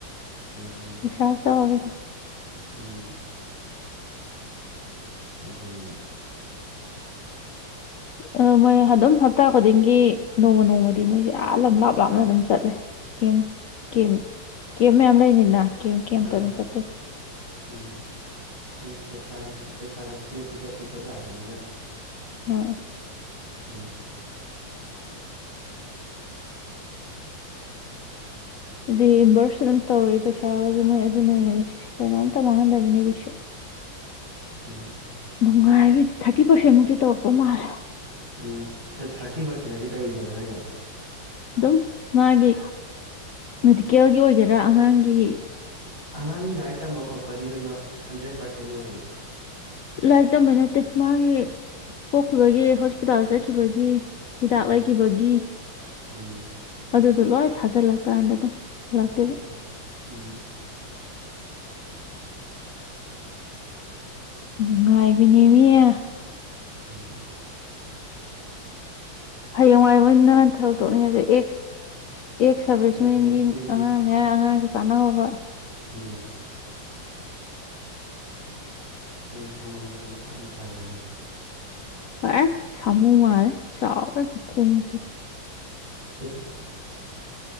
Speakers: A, on the right (about 25°); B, on the left (about 85°).
A: ꯎꯝ
B: ꯄꯩꯁꯥ ꯆꯥꯎꯔꯤ
A: ꯎꯝ ꯑꯗꯨꯅꯤꯅꯦ
B: ꯑꯗꯨ ꯃꯣꯏ ꯑꯗꯨꯝ ꯍꯞꯇꯥ ꯈꯨꯗꯤꯡꯒꯤ ꯅꯣꯡꯃ ꯅꯣꯡꯃꯗꯤ ꯃꯣꯏꯁꯦ ꯑꯥ ꯂꯝ ꯂꯥꯞ ꯂꯥꯞꯅ ꯑꯗꯨꯝ ꯆꯠꯂꯦ ꯀꯦꯝ ꯀꯦꯝ ꯀꯦꯝ ꯃꯌꯥꯝ ꯂꯩꯅꯤꯅ ꯀꯝ ꯀꯝ
A: ꯑꯥ
B: ꯇꯔꯝ ꯇ
A: ꯎꯝ ꯍꯥꯏꯗꯤ ꯄꯩꯁꯁꯨ ꯄꯩꯁꯥꯁꯨ ꯐ꯭ꯔꯤ ꯄꯤꯊꯣꯛ ꯌꯥꯗꯕꯅꯤꯅ
B: ꯍꯣꯏ
A: ꯎꯝ
B: ꯔꯤꯏꯝꯕ꯭ꯔꯁ ꯑꯗꯨꯝ ꯇꯧꯔꯛꯏ ꯄꯩꯁꯥ ꯑꯗꯨ ꯃꯣꯏ ꯑꯗꯨꯅꯅꯦꯅꯦ ꯀꯩꯅꯣꯝꯇ ꯃꯥꯡꯍꯟꯗꯕꯤꯅꯦꯁꯨ
A: ꯎꯝ
B: ꯅꯨꯡꯉꯥꯏꯕꯩꯗꯤ ꯊꯥꯔꯇꯤ ꯄꯥꯔꯁꯦꯟꯃꯨꯛꯇꯤ ꯇꯧꯔꯛꯄ ꯃꯥꯜꯂꯦ
A: ꯎꯝ ꯊꯥꯔꯇꯤ ꯄꯥꯔꯁꯦꯟꯗꯤ ꯀꯩꯗꯅꯣ ꯍꯥꯏꯁꯦ
B: ꯑꯗꯨꯝ ꯃꯥꯒꯤ ꯃꯦꯗꯤꯀꯦꯜꯒꯤ ꯑꯣꯏꯒꯦꯔꯥ ꯑꯉꯥꯡꯒꯤ
A: ꯑꯉꯥꯡꯒꯤ ꯂꯥꯏꯔꯤꯛ ꯇꯝꯕ ꯈꯣꯠꯄꯗꯤ ꯂꯣꯏꯅꯃꯛ ꯍꯟꯗ꯭ꯔꯦꯠ ꯄꯔꯁꯦꯟꯠ ꯑꯣꯏꯕꯅꯤ
B: ꯂꯥꯏꯔꯤꯛ ꯇꯝꯕ ꯅꯠꯇꯦ ꯃꯥꯒꯤ ꯄꯣꯛꯈꯤꯕꯒꯤ ꯍꯣꯁꯄꯤꯇꯥꯜ ꯆꯠꯈꯤꯕꯒꯤ꯫ ꯍꯤꯗꯥꯛ
A: ꯎꯝ
B: ꯂꯩꯈꯤꯕꯒꯤ꯫
A: ꯎꯝ
B: ꯑꯗꯨꯗꯣ ꯂꯣꯏ ꯊꯥꯖꯜꯂꯀꯥꯟꯗ ꯑꯗꯨꯝ꯫ ꯍꯜꯂꯛꯇꯣꯏꯕ
A: ꯎꯝ ꯎꯝ꯫
B: ꯂꯅꯨꯡꯉꯥꯏ ꯄꯅꯤꯃꯤꯌꯦ
A: ꯎꯝ꯫
B: ꯍꯌꯦꯡꯋꯥꯏ ꯃꯣꯏ ꯅꯍꯟꯊꯕ ꯇꯣꯛꯅꯤꯡꯉꯁꯦ ꯑꯦꯛꯁ ꯑꯦꯛꯁ ꯁꯔꯚꯤꯁꯃꯦꯟꯒꯤ
A: ꯁꯥꯔ ꯁꯥꯔꯚꯤꯁꯃꯦꯟꯒꯤ
B: ꯑꯉꯥꯡꯅꯦ ꯑꯉꯥꯡ꯫ ꯇꯥꯟꯅꯍꯧꯕ꯫
A: ꯎꯝ꯫ ꯑꯩꯅ ꯊꯣꯡꯉꯝꯕꯗꯣ ꯃꯁꯥ ꯌꯥꯝ ꯐꯔꯦꯅꯦ꯫
B: ꯐꯔꯦ ꯁꯃꯨꯥ ꯃꯥꯜꯂꯦ ꯆꯥꯎ <unintelligible>
A: <inaudible>